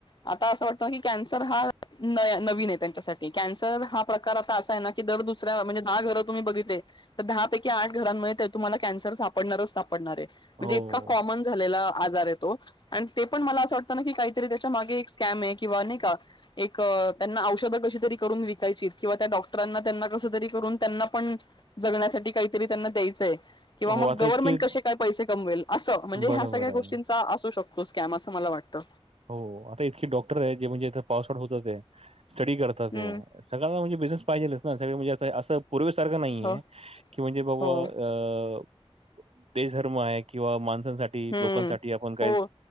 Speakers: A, on the left (about 45°); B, on the right (about 75°).
A: आता असं वाटतं... की कॅन्सर हा नवीन आहे त्यांच्यासाठी... कॅन्सर हा प्रकार आता असा आहे ना की दर दुसऱ्या... म्हणजे दहा घरं तुम्ही बघितले तर दहा पैकी आठ घरांमुळे तुम्हाला कॅन्सर सापडणारच सापडणार ए. म्हणजे
B: हो.
A: इतका कॉमन झालेला आजार आहे तो... अ... ते पण मला असं वाटतं ना की... काहीतरी त्याच्या मागे कॅम आहे किंवा नाई का? एक... त्यांना औषधं कशी तरी करून विकायची किंवा त्या डॉक्टरांना त्यांना कसं तरी करून त्यांना पण जगण्यासाठी काहीतरी त्यांना द्यायचंय किंवा
B: हो,
A: मग
B: आता
A: गव्हर्नमेंट
B: इतके
A: कशे काय पैसे कमवेल... असं म्हणजे
B: बरोबर
A: ह्या सगळ्या गोष्टींचा
B: आहे.
A: असू शकतो. तो स्कॅम असं मला वाटतं.
B: हो... आता इतके डॉक्टर आहे... जे म्हणजे इथं पास आऊट होतात ए... स्टडी करताएत
A: हम्म
B: ते सगळ्यांना म्हणजे बिझनेस पाहिजेलच ना.. सगळे म्हणजे... असं पूर्वेसारखं नाहीेए
A: हो
B: की... म्हणजे बबा
A: हो
B: अ... देशधर्म आहे किंवा माण -सांसाठी...
A: हम्म
B: लोकांसाठी... आपण काय...
A: हो